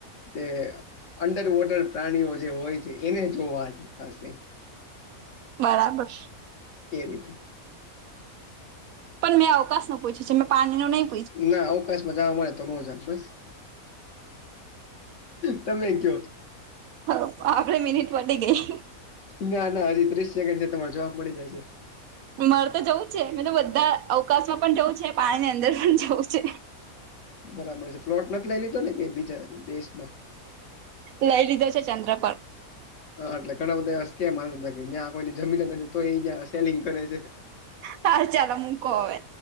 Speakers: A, on the left; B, on the right.
A: તે અંડર વોટર પ્રાણીઓ જે હોય છે એને જોવા ખાસ એ
B: બરાબર
A: એ રીતે
B: પણ મેં અવકાશ નુ પૂછ્યું છે મેં પાણી નુ નહીં
A: ના અવકાશમાં જાવા મળે તો નો જાત બસ તમે કયો
B: હ આપડી મિનિટ વધી ગઈ
A: ના ના હજી ત્રીસ સેકન્ડ છે તમારે જવાબ મળી જશે
B: માર તો જવું છે મે તો બધા અવકાશમાં પણ જવું છે પાણીની અંદર પણ જવું છે
A: બરાબર છે પ્લોટ નથી લઈ લીધો ને કયાય બીજા દેશમાં
B: લઈ લીધો છે ચંદ્ર પર
A: હા એટલે ઘણા બધા સ્કેમ હલતા હતા જ્યાં કોઈને જમીન નથી તોય ઇ ન્યા સેલિંગ કરે છે
B: હાર ચાલો મુકો હવે